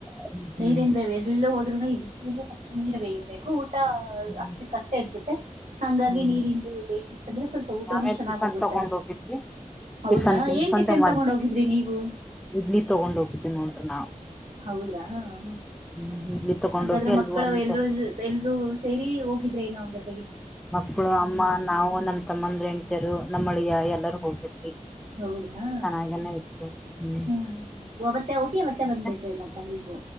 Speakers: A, in the centre; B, on the right.
A: ಹ್ಮ್
B: ನೀರಿನ್ ಬೇ ಎಲ್ಲೆ ಹೋದ್ರುನು ಇ ಬಿಸಿಲಿಗೆ ಫಸ್ಟ್ ನೀರ್ ಬೇಯಬೇಕು ಟಾಲ್
A: ಹ್ಮ್
B: ಅಷ್ಟು ಕಷ್ಟ ಇರ್ತ ಹಂಗಾಗಿ
A: ಹ್ಮ್
B: ನೀರಿಂದು ಬೇಯಿ ಇತ್ತಂದ್ರೆ ಸ್ವಲ್ಪ ಸೊ ಊಟನುೂ
A: ನಾವೇ
B: ಚೆನ್ನಾಗಿ
A: ಟಿಫನ್
B: ಹೋಗುತ್ತೆ
A: ತಗೊಂಡ್ ಹೋಗಿದ್ವಿ
B: ಹೌದ್ರಾ
A: ಟಿಫನ್ ತಿನ್ಕೊಂಡು
B: ಏನ್ ಟಿಫೆನ್
A: ಮ
B: ತಗೊಂಡ ಹೋಗಿದ್ರಿ ನೀವು
A: ಇಡ್ಲಿ ತಗೊಂಡ್ ಹೋಗಿದ್ವಿ ನೋಡ್ರಿ ನಾವು
B: ಹೌದ್ರಾ ಹ್ಮ ಹ್ಮ
A: ಹ್ಮ್ ಇಡ್ಲಿ ತಗೊಂಡೋಗಿ
B: ಹಂಗಾದ್ರೆ
A: ಅಲ್ಲಿ
B: ಮಕ್ಕಳು
A: ಒಂದು
B: ಎಲ್ರುೂ ಜ ಎಲ್ರುೂ ಸೇರಿ ಹೋಗಿದ್ರೆ ಏನು ಹಂಗಾದ
A: ಮಕ್ಕಳು ಅಮ್ಮ ನಾವು ನಮ್ ತಮ್ಮಂದ್ರ ಹೆಂಡ್ತೀರು ನಮ್ಮಳಿಯ ಎಲ್ಲಾರೂ ಹೋಗಿದ್ವಿ
B: ಹೌದನಾ
A: ಚೆನ್ನಾಗನ ಇತ್ತು ಹ್ಮ್
B: ಹ್ಮ್ ಅವತ್ತೆ ಹೋಗಿ ಅವವತ್ತೆ
A: ಮತ್ತೆ
B: ಬಂದ್ಬಿಟ್ರೆ ಇನ್ನ ಕ ನೀಗು